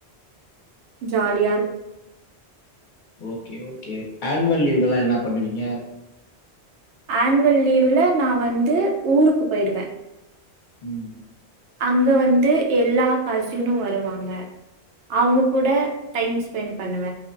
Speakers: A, on the right; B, on the left.
A: ஜாலியாரு
B: ஓகே ஓகே ஆனுவல் லீவ்லல்ல என்ன பண்ணுவீங்க
A: ஆன்வல் லீவுல நா வந்து ஊருக்கு போயிடுவேன்
B: உம்
A: அங்க வந்து எல்லா கசினும் வருவாங்க அவங்க கூட டைம் ஸ்பென் பண்ணுவ